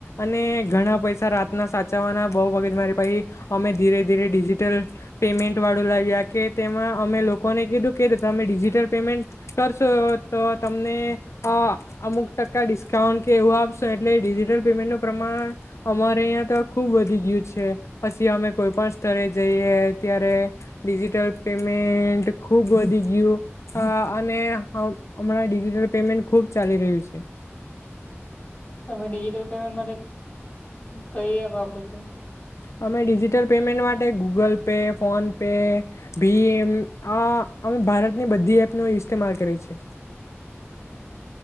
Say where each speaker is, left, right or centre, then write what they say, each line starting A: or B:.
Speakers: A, on the left (about 80°); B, on the left (about 30°).
A: અને ઘણા પૈસા રાતના સાચવવાના બહુ મગજ મારી પહિ અમે ધીરે-ધીરે ડિજિટલ પેમેન્ટ વાળું લાવ્યા કે તેમાં અમે લોકોને કીધું કે તમે ડિજિટલ પેમેન્ટ કરશો તો તમને અહ અમુક ટકા ડિસ્કાઉન્ટ કે એવું આપશો એટલે ડિજિટલ પેમેન્ટનું પ્રમાણ અમારે યા તો ખુબ વધી ગયું છે. પછી અમે કોઈ પણ સ્તરે જઈએ ત્યારે ડિજિટલ પેમેન્ટ ખૂબ વધી ગયું અહ અને હમ-હમણાં ડિજિટલ પેમેન્ટ ખુબ ચાલી રહ્યું છે.
B: તમે ડિજિટલ પેમેન્ટ માટે કઈ એપ વાપરો છો?
A: અમે ડિજિટલ પેમેન્ટ માટે ગૂગલ પે ફોન પે ભીએમ આ અમે ભારતની બધી એપનો ઇસ્તેમાલ કરીએ છે.